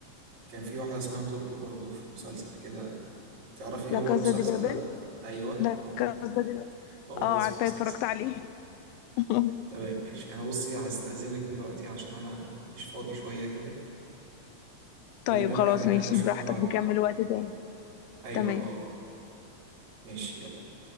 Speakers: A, on the right (about 50°); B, on the left (about 80°).
A: كان في واحدة اسمها طوكيو برضو في مسلسل كده تعرفي إيه
B: لا
A: هو
B: كازا
A: المسلسل
B: دي بابل
A: ده؟ أيوه
B: لا
A: هو
B: كازا دي بابل.
A: هو
B: اه
A: ده اسم
B: عارفة
A: المسلسل
B: اتفرجت عليه <laughs>
A: تمام ماشي انا بصي هستأذنك دلوقتي عشان انا مش فاضي شوية كده
B: طيب
A: نبقى نرجع
B: خلاص
A: نكمل
B: ماشي
A: شغل
B: براحتك
A: بعدين
B: نكمل وقت تاني
A: ايوه
B: تمام
A: اه ماشي يلا